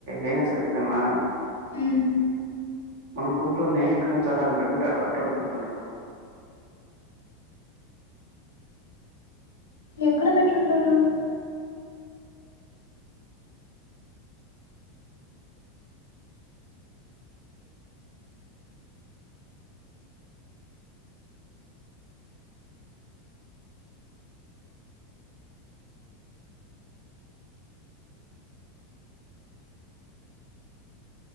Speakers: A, on the right; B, on the left.
A: ఏం చేస్తారు చెప్పామా
B: హ్మ్
A: మనకు నే ఎక్కడి నుంచి అ బట్టింటాడు అట్టే ఉండి చెప్తాను ఇడు
B: ఎక్కడ పెట్టుంటారు